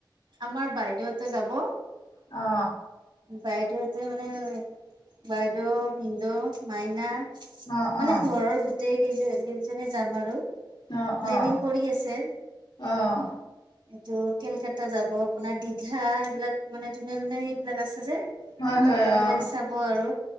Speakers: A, on the right; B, on the left.
A: আমাৰ বাইদেউতে যাব
B: অ
A: বাইদেউহতে মানে বাইদেউ হিন্দু মাইনা
B: অ', অ',
A: মানে ঘৰৰ গ গোটেই কেইজ কেইজনে যাম আৰু
B: আহ
A: প্লেনিং
B: আহ
A: কৰি আছে
B: আহ
A: এইটো কেলকাতা যাব আপোনাৰ দীঘা এইবিলাক মানে ধুনীয়া ধুনীয়া সেই বলেগ আছে যে
B: হয় হয়
A: সেইবিলাক
B: আহ
A: চাব আৰু